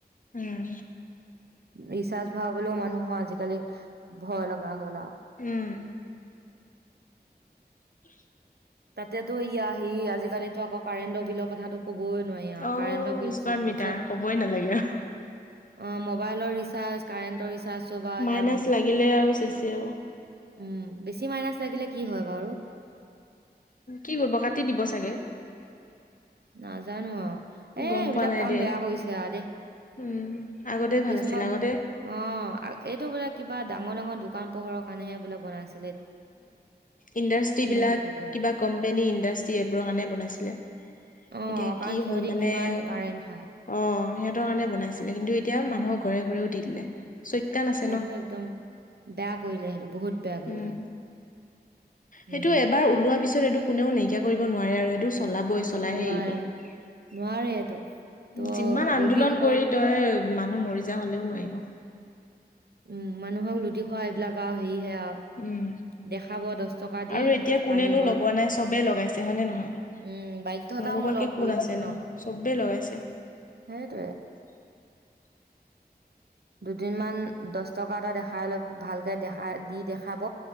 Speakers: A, on the left; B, on the right.
A: উম
B: ৰিচাৰ্চ ভৰাবলেও মানুহৰ আজিকালি ভয় লগা হ'ল আও
A: উম <unintelligible>
B: তাতেতো ইয়া আহি আজিকালিতো আকৌ কাৰেণ্টৰ বিলৰ কথাটো কব ই নোৱাৰি আওঁ
A: অ'
B: কাৰেণ্ট বিল
A: স্মাৰ্ট
B: যিখন
A: মিটাৰ
B: চব
A: ক'বই নালাগে আৰু
B: অ মবাইলৰ ৰিচাৰ্জ কাৰেণ্টৰ ৰিচাৰ্জ চব আৰু
A: মাইনাছ
B: সেয়া
A: লাগিলে আৰু চেচেআও
B: উম বেছি মাইনাচ লাগিলে কি হয় বাৰু
A: কি কৰিব কাটি দিব চাগে
B: নাজানো এ
A: গম
B: এইবিলাক
A: পোৱা নাই
B: কাম
A: দেই।
B: বেয়া কৰিছে আ দেই
A: উম, আগতে ভাল
B: কিছুমান
A: আছিল আগতে
B: অ এইটো বোলে কিবাঙৰ ডাঙৰ দোকান পোহৰ কাৰণে বোলে বনাইছে
A: ইণ্ডাষ্ট্ৰ বিলাক
B: কি কৰিব লাগে
A: কিবা কোম্পেনী ইণ্ডাষ্ট্ৰি এইবোৰৰ কাৰণে বনাইছিলে
B: অ
A: এতিয়া
B: কাৰণ
A: কি
B: সিহঁতি
A: হ'ল মানে
B: কিমান
A: অ
B: কাৰেণ্ট খায়
A: সিহঁতৰ কাৰণে বনাইছিলে কিন্তু এতিয়া মানুহক ঘৰে ঘৰেও দি দিলে চৈতান আছে
B: সেইটো
A: ন
B: একদম বেয়া কৰিলে সেইটো বহুত বেয়া
A: উম
B: কৰিলে
A: সেইটো
B: উম
A: এবাৰ ওলোৱা পিছত সেইটো কোনেও নাইকিয়া কৰিব নোৱাৰে আৰু সেইটো চলাবই চলাইহে
B: নোৱাৰে
A: এৰিব
B: নোৱাৰে এইটো ত'
A: যিমান আন্দোলন
B: লুটি খোৱা
A: কৰি তই মানুহ মৰি যা হলেও নোৱাৰিব
B: উম মানুহক লুটি খোৱা এইবিলাক আৰু হেৰিহে আৰু
A: উম
B: দেখাব দহ টকা দি
A: আৰু এতিয়া কোনেনো
B: আহিব
A: লগোৱা নাই চবেই লগাইছে হয়নে নহয়
B: উম বাধ্যতামূলক
A: নলগোৱাকে কোন
B: কৰি
A: আছেনো
B: দিলে ন
A: চবেই লগাইছে
B: সেইটোৱে
A: <unintelligible>
B: দুদিনমান দহ টকা এটা দেখাইল ভালকে দেখা দি দেখাব